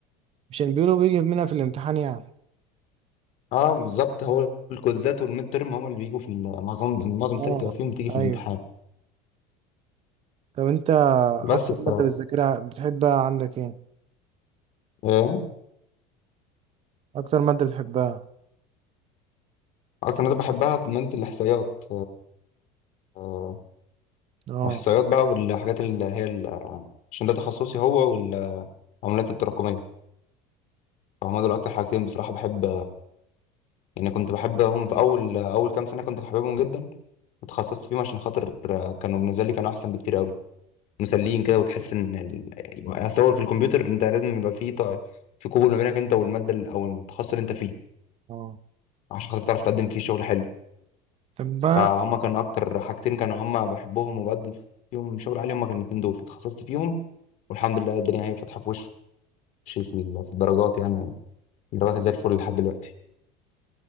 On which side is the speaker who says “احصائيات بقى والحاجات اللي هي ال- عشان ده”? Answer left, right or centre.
Left